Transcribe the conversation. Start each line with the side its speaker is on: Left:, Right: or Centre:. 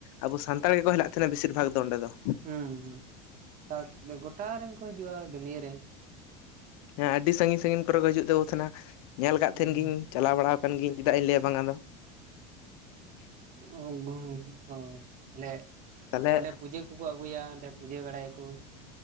Left: ᱟᱵᱚ ᱥᱟᱱᱛᱟᱲ ᱜᱮᱠᱚ ᱦᱮᱱᱟᱜ ᱛᱟᱦᱮᱱᱟ ᱾ ᱵᱮᱥᱤᱨ ᱵᱷᱟᱜᱽ ᱫᱚ, ᱚᱸᱰᱮ ᱫᱚ
Right: ᱦᱩᱸ ᱦᱩᱸ ᱜᱳᱚᱴᱟ ᱨᱮᱱ ᱠᱚ ᱦᱤᱡᱩᱜᱼᱟ᱾ ᱫᱩᱱᱭᱟ. ᱨᱮᱱ
Left: ᱦᱮᱸ ᱟᱹᱰᱤ ᱥᱟᱺᱜᱤᱧ - ᱥᱟᱺᱜᱤᱧ ᱠᱚᱨᱮ ᱠᱚ ᱦᱤᱡᱩᱜ ᱛᱟᱵᱚ ᱛᱟᱦᱮᱱᱟ ᱾ ᱧᱮᱞ ᱟᱠᱟᱫ
Right: ᱦᱩᱸ
Left: ᱛᱟᱦᱮᱱ ᱜᱤᱧ᱾ ᱪᱟᱞᱟᱣ ᱵᱟᱲᱟ ᱠᱟᱱ ᱜᱤᱭᱟᱹᱧ ᱾ᱪᱮᱫᱟᱜ ᱤᱧ ᱞᱟᱹᱭᱟ ᱵᱟᱝᱟ ᱫᱚ᱾
Right: <unintelligible> ᱛᱟᱦᱞᱮ
Left: ᱛᱟᱦᱚᱞᱮ
Right: ᱚᱸᱰᱮ ᱯᱩᱡᱟᱹ ᱠᱚ ᱩᱱᱠᱩ ᱠᱚ ᱟᱹᱜᱩᱭᱟ᱾ ᱚᱸᱰᱮ ᱯᱩᱡᱟᱹ ᱵᱟᱲᱟᱭᱟᱠᱚ᱾